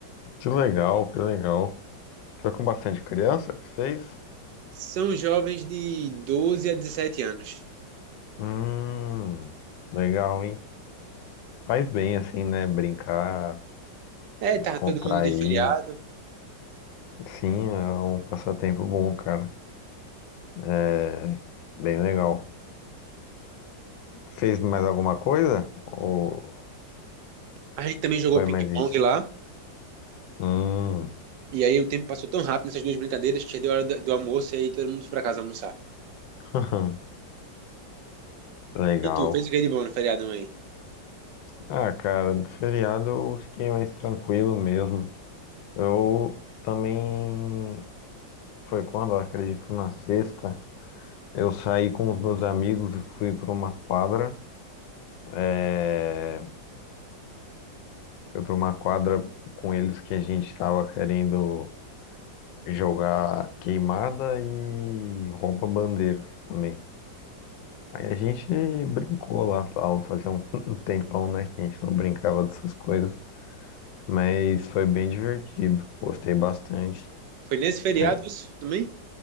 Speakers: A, on the left; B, on the right.
A: que legal, que legal. Foi com bastante criança que fez?
B: São jovens de 12 a 17 anos.
A: Hum, legal, hein? Faz bem assim, né? Brincar,
B: É,
A: descontrair.
B: tava todo mundo de feriado.
A: Sim, é um passatempo bom, cara. É bem legal. Fez mais alguma coisa? Ou
B: A gente também jogou
A: foi
B: ping-pong
A: mais isso?
B: lá.
A: Hum,
B: E aí o tempo passou tão rápido nessas duas brincadeiras que já deu hora do, do almoço e aí todo mundo foi pra casa almoçar.
A: <laughs> legal.
B: E tu, fez o que de bom no feriado, mãe?
A: Ah, cara, no feriado eu fiquei mais tranquilo mesmo. Eu também. Foi quando? Eu acredito na sexta. Eu saí com os meus amigos, fui para uma quadra, é, fui para uma quadra com eles que a gente estava querendo jogar queimada e rouba-bandeira também. Aí a gente brincou lá, tal, fazia um <laughs> um tempão, né, que a gente não brincava dessas coisas, mas foi bem divertido, gostei bastante.
B: Foi nesse feriado
A: Aí,
B: isso também?